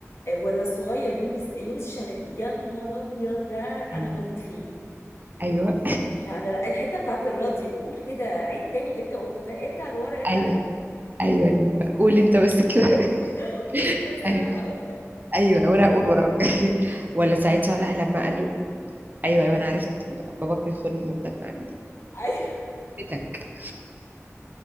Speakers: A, on the left; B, on the right.
A: آه، ولا الصغير يونس يونس شلبي يا نهار ابيض ده انا
B: ايوه
A: بموت فيه
B: ايوه
A: لا لا لا الحته بتاعت الراديو قول كده عيد تاني اللي انت قلته ده ارجع لورا ارجع
B: ايوه
A: لورا
B: ايوه أيوة. قول انت بس كده <laughs>
A: <laughs> قول انت بس
B: ايوه
A: وانا هقول
B: ايوه وانا هقول وراك <laughs>
A: لا
B: ولا
A: لا لا
B: سعيد صالح لما قال له ايوه ايوه انا عرفت باباك بيخون مامتك مع مين
A: ايوه
B: بيتك